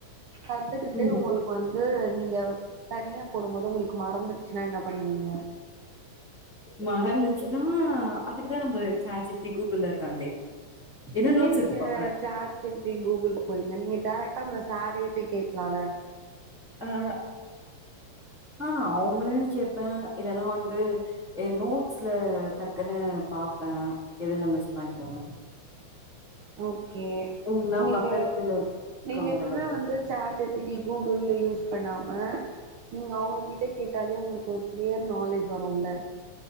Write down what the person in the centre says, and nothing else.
ம்
மறந்துச்சுனா அதுக்குதான் நம்ம சாட் ஜிப்டி கூகுள்லாம் இருக்காங்களே இல்ல நோட்ஸ்
எடுத்து பாப்பே
ஆஹ ஆஹ அவங்களையும் கேபேன் இல்லன்னா வந்து ஏ நோட்ஸ்ல டக்குன்னு பாப்பேன் எதுல்லா மிஸ் பண்டோனு
எல்லா
பக்கத்துல இருக்கவங்கள
கேப்பா